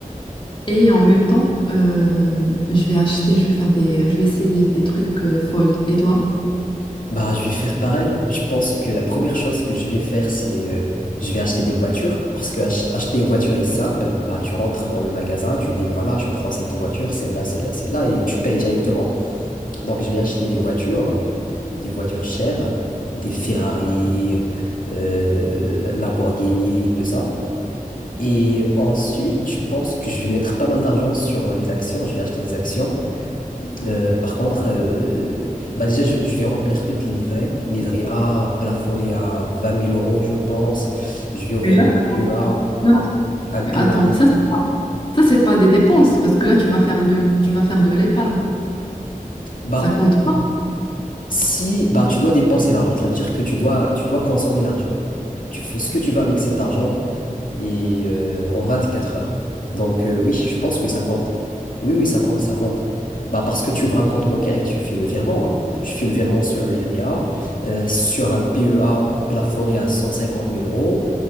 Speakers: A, on the left; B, on the left.
A: et en même temps, euh, je vais acheter, je vais faire des, je vais essayer des, des trucs euh, folles. Et toi?
B: Bah, je vais faire pareil. Je pense que la première chose que je vais faire, c'est euh, je vais acheter des voitures parce que ach- acheter une voiture est simple. Bah, tu rentres dans le magasin, tu dis voilà, je prends cette voiture, celle-là, celle-là, celle-là, et tu payes directement. Donc, je vais acheter des voitures, des voitures chères, des Ferrari, euh, Lamborghini, et tout ça. Et ensuite, je pense que je vais mettre pas mal d'argent sur les actions. Je vais acheter des actions euh, par contre, euh, bah déjà, je, je vais remplir toutes les livrées. Livret A, plafonné à 20 000 euros, je pense. Je vais ouvrir
A: Mais là,
B: un
A: ça compte.
B: PEA,
A: Non,
B: un PEA.
A: mais attends, ça, ça c'est pas des dépenses parce que là tu vas faire de, tu vas faire de l'épargne.
B: Bah,
A: Ça compte pas.
B: si, bah, tu dois dépenser l'argent, ça veut dire que tu dois, tu dois consommer l'argent. Tu fais ce que tu veux avec cet argent, et euh, en quatre heures. Donc euh, oui, je pense que ça compte. Oui, oui, ça compte, ça compte. Bah parce que tu ouvres un compte bancaire et tu fais le virement. hein. Tu fais le virement sur le livret A, euh, sur un PEA plafonné à cent cinquante mille euros